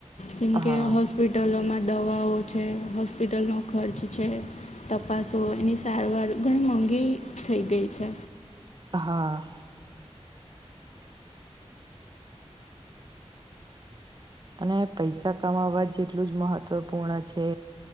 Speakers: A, on the left (about 85°); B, on the right (about 40°).
A: જેમકે-
B: હા
A: હોસ્પિટલોમાં દવાઓ છે હોસ્પિટલનો ખર્ચ છે. તપાસો એની સારવાર ઘણી મોંઘી થઈ ગઈ છે.
B: હા અને પૈસા કમાવવા જે જેટલું જ મહત્વપૂર્ણ છે.